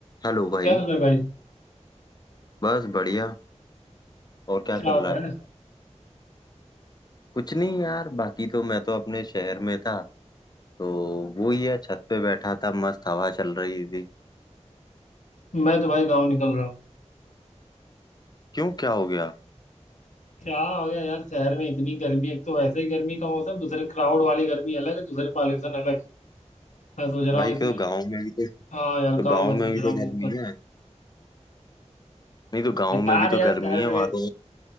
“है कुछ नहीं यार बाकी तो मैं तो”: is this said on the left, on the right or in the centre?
Left